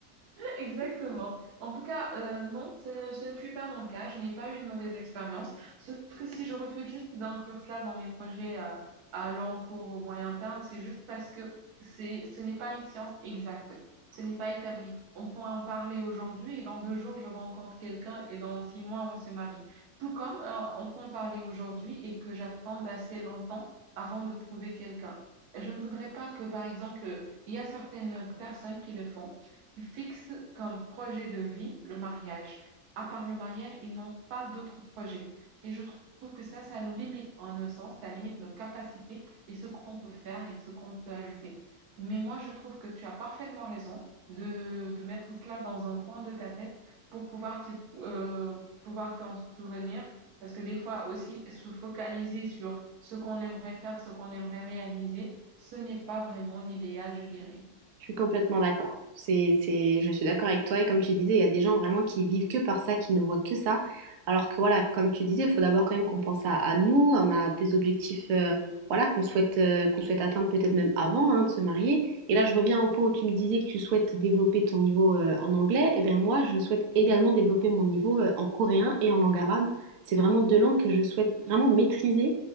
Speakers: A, on the right; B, on the right.
A: Exactement.
B: <laughs>
A: En tout cas, euh, non, ce ne, ce ne fut pas mon cas. Je n'ai pas eu une mauvaise expérience. Sauf que si je refuse juste d'inclure cela dans mes projets à, à long cours au moyen terme, c'est juste parce que c'est, ce n'est pas une science exacte. Ce n'est pas établi. On peut en parler aujourd'hui et dans deux jours, je rencontre quelqu'un et dans six mois, on se marie. Tout comme euh, on peut en parler aujourd'hui et que j'attende assez longtemps avant de trouver quelqu'un. Je ne voudrais pas que, par exemple, il y a certaines personnes qui le font qui fixent comme projet de vie le mariage. À part le mariage, ils n'ont pas d'autres projets. Et je trouve que ça, ça nous limite en un sens, ça limite nos capacités et ce qu'on peut faire et ce qu'on peut ajouter. Mais moi, je trouve que tu as parfaitement raison de, de mettre cela dans un coin de ta tête pour pouvoir t'y- euh, pouvoir t'en souvenir. Parce que des fois aussi, se focaliser sur ce qu'on aimerait faire, ce qu'on aimerait réaliser, ce n'est pas vraiment l'idéal, je dirais.
B: Je suis complètement d'accord. C'est, c'est, je suis d'accord avec toi. Et comme tu disais, il y a des gens vraiment qui vivent que par ça, qui ne voient que ça. Alors que voilà, comme tu disais, il faut d'abord quand même qu'on pense à, à nous. On a des objectifs, euh, voilà, qu'on souhaite, euh, qu'on souhaite atteindre peut-être même avant, hein, de se marier. Et là, je reviens au point où tu me disais que tu souhaites développer ton niveau, euh, en anglais. Et bien moi, je souhaite également développer mon niveau, euh, en coréen et en langue arabe. C'est vraiment deux langues que je souhaite vraiment maîtriser.